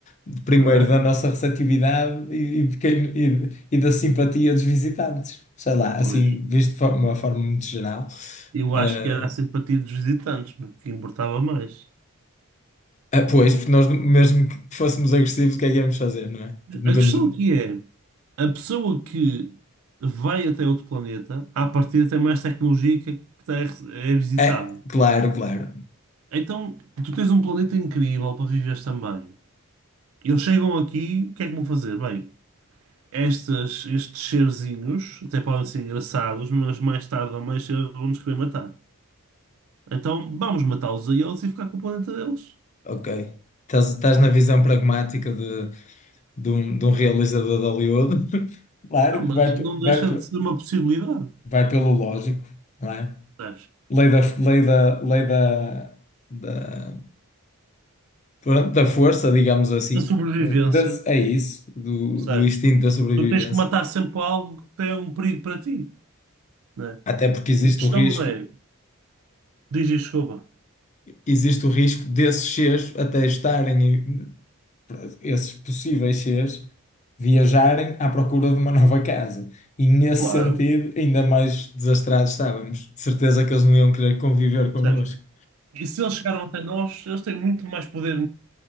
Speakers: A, on the left (about 30°); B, on the right (about 70°).
A: de- primeiro,
B: Não é?
A: da nossa receptividade e, e de quem- e- e da simpatia dos visitantes. Sei lá, assim,
B: Pois.
A: visto de forma- uma forma muito geral.
B: Eu
A: Ah,
B: acho que era a simpatia dos visitantes que importava mais.
A: ah, pois, porque nós, mesmo que fôssemos agressivos, o que é que íamos fazer, não é? Tipo, não
B: A
A: temos...
B: questão aqui é, a pessoa que vai até outro planeta, à partida tem mais tecnologia que a que está- é visitada.
A: É, claro, claro.
B: Então, tu tens um planeta incrível para viveres também. Eles chegam aqui, o que é que vão fazer? Bem, estas, estes serzinhos até podem ser engraçados, mas mais tarde ou mais cedo vão-nos querer matar. Então, vamos matá-los a eles e ficar com o planeta deles.
A: Ok. Estás, estás na visão pragmática de, de um, de um realizador de Hollywood. <laughs> Claro
B: Não, mas
A: que vai,
B: não deixa
A: vai.
B: de ser uma possibilidade.
A: vai pelo lógico, não é?
B: percebes?
A: Lei da, lei da, lei da, da, pronto, da força, digamos assim.
B: da sobrevivência,
A: Eh, da- é isso, do,
B: percebes?
A: do instinto da sobrevivência.
B: Tu tens que matar sempre algo que tem um perigo para ti, né?
A: Até porque existe
B: A questão
A: o risco,
B: é, diz e desculpa.
A: existe o risco desses seres até estarem, em- esses possíveis seres, viajarem à procura de uma nova casa. E nesse
B: Claro,
A: sentido, ainda mais desastrados estávamos. De certeza que eles não iam querer conviver connosco.
B: percebes? E se eles chegaram até nós, eles têm muito mais poder